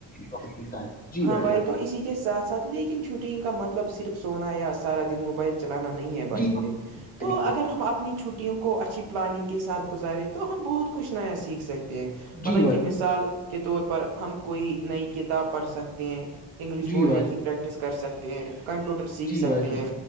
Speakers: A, on the left (about 20°); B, on the right (about 85°).
A: وقت ملتا ہے جی
B: ہاں بھائی
A: جان
B: تو اسی کے ساتھ ساتھ لیکن چھٹیوں کا مطلب صرف سونا یا سارا دن موبائل چلانا نہیں ہے بھائی
A: جی
B: میرے
A: بھائی
B: تو
A: جان۔
B: اگر ہم اپنی چھٹی ٹیوں کو اچھی پلاننگ کے ساتھ گزارے تو ہم بہت کچھ نیا سیکھ سکیں ہیں
A: جی
B: مطلب
A: بھائی
B: کہ مثال کے طور پر ہم کوئی نئی کتاب پڑھ سکتے ہیں انگلش
A: جی
B: بولنے
A: بھائی
B: کی پریکٹس کر سکتے ہیں کمپیوٹر سیکھ
A: جی
B: سکتے
A: بھائی جان
B: ہیں